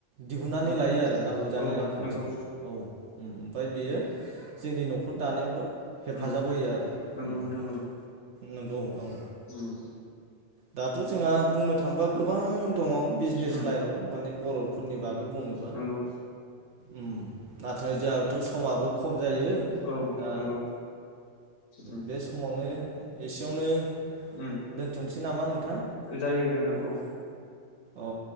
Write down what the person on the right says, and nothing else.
दिहुननानै
लायो आरो नांगौ जानाय
रांखान्थिखौ
औ ओमफ्राय बेयो जोंनि न'खर दानायावबो हेफाजाब
होयो आरो
उम
नंगौ औ
दाथ' जोंहा बुंनो थाङोबा गोबां दङ बिजनेस
लाइनाव माने बर'फोरनि बागै बुंनोबा
उम नाथाय
जोंहाथ' समाबो खम जायो
दा
बे समावनो एसेयावनो
दोनथ'नोसै नामा नोंथां
औ